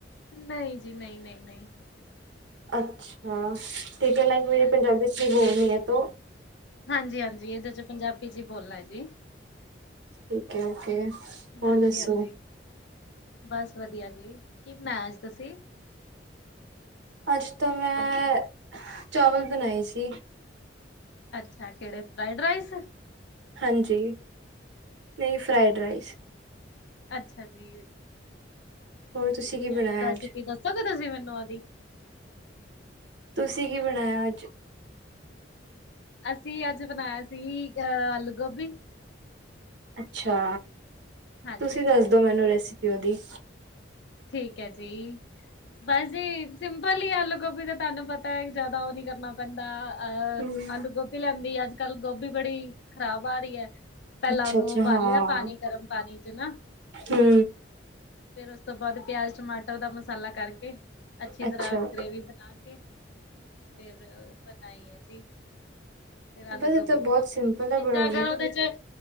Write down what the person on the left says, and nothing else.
ਨਹੀਂ ਜੀ ਨਹੀਂ-ਨਹੀਂ-ਨਹੀਂ
ਹਾਂਜੀ
ਹਾਂਜੀ- ਹਾਂਜੀ ਇਹਦੇਾਂ ਚ' ਪੰਜਾਬੀ ਚ' ਹੀ ਬੋਲਣਾ ਹੈ ਜੀ।
ਹਾਂਜੀ
ਹਾਂਜੀ ਬਸ ਵਧੀਆ ਜੀ ਕੀ ਬਣਾਇਆ ਅੱਜ ਤੁਸੀਂ?
ਅੱਛਾ ਕਿਹੜੇ ਫਰਾਈਡ ਰਾਇਸ
ਅੱਛਾ ਜੀ।
ਠੀਕ
ਹੈ
ਰੈਸਪੀ
ਦੱਸੋਗੇ ਤੁਸੀਂ ਮੈਨੂੰ ਉਹਦੀ।
ਅਸੀਂ ਅੱਜ ਬਣਾਇਆ ਸੀ ਅ ਆਲੂ- ਗੋਭੀ।
ਹਾਂਜੀ
ਠੀਕ ਹੈ ਜੀ ਬਸ ਜੀ ਸਿੰਪਲ ਹੀ ਆਲੂ-ਗੋਭੀ ਦਾ ਤੁਹਾਨੂੰ ਪਤਾ ਹੈ ਜਿਆਦਾ ਉਹ ਨੀ ਕਰਨਾ ਬੰਦਾ ਅਹ
ਆਲੂ-ਗੋਭੀ ਲੈਂਦੀ ਅੱਜ-ਕੱਲ੍ਹ ਗੋਭੀ ਬੜੀ ਖ਼ਰਾਬ ਆ ਰਹੀ ਐ। ਪਹਿਲਾਂ
ਉਹਨੂੰ ਉਬਾਲਿਆ
ਪਾਣੀ ਗਰਮ ਪਾਣੀ ਚ ਨਾ
ਫੇਰ ਉਸ ਤੋਂ ਬਾਅਦ ਪਿਆਜ਼ ਟਮਾਟਰ ਦਾ ਮਸਾਲਾ ਕਰਕੇ ਅੱਛੀ
ਤਰ੍ਹਾਂ ਗ੍ਰੇਵੀ ਬਣਾ ਕੇ ਫਿਰ ਬਣਾਈ ਆ ਜੀ। ਫਿਰ ਆਲੂ
ਗੋਭੀ
ਬਣਾਈ।
ਇਦਾਂ ਅਗਰ ਉਹਦੇ ਚ